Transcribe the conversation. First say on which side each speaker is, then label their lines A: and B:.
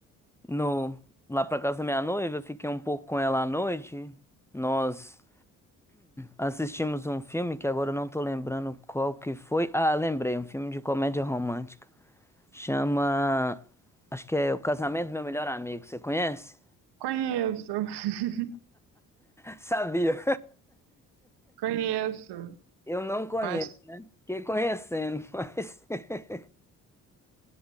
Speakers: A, in the centre; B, on the right.
A: no, lá pra casa da minha noiva, fiquei um pouco com ela à noite. Nós assistimos um filme que agora eu não tô lembrando qual que foi. Ah, lembrei, um filme de comédia romântica. Chama. Acho que é O Casamento do Meu Melhor Amigo. Você conhece?
B: Conheço, <laughs>
A: <laughs> Sabia!
B: conheço. Eu
A: Eu não conheço,
B: Acho,
A: fiquei conhecendo, mas. <laughs>